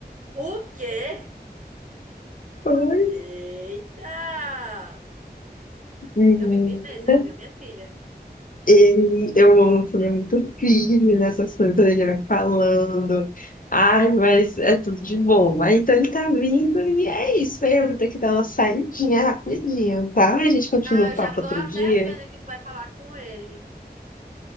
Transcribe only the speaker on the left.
Pois,
menina,
ele, eu amo que ele é muito firme nessas coisas, quando ele vai falando, ai, mas é tudo de bom. Aí, então ele tá vindo e é isso, né? eu vou ter que dar uma saidinha rapidinho, tá? A gente continua
o
papo
outro
dia.